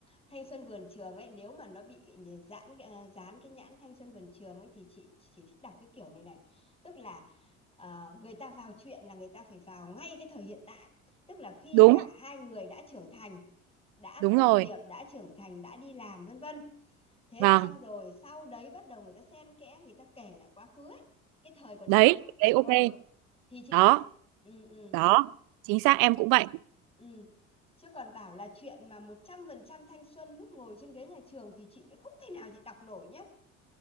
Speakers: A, on the left (about 15°); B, on the right (about 65°).
A: Thanh Xuân Vườn Trường ấy nếu mà nó bị dán à, dán cái nhãn Thanh Xuân Vườn Trường ấy thì chị chị chỉ thích đọc cái kiểu này này. Tức là ờ, người ta vào chuyện là người ta phải vào ngay cái thời hiện tại. Tức là khi
B: Đúng,
A: cả hai người đã trưởng thành đã
B: đúng
A: tốt
B: rồi.
A: nghiệp, đã trưởng thành, đã đi làm vân vân. Thế
B: Vâng,
A: xong rồi sau đấy bắt đầu người ta xen kẽ, người ta kể lại quá khứ ấy. Cái thời còn
B: đấy,
A: đi học ấy.
B: đấy ok.
A: Ừ, thì chị
B: Đó,
A: thích. Ừ, ừ,
B: đó. Chính xác em cũng vậy.
A: ừ. Chứ còn bảo là chuyện mà 100% thanh xuân lúc ngồi trên ghế nhà trường thì chị lại không thể nào chị đọc nổi nhá.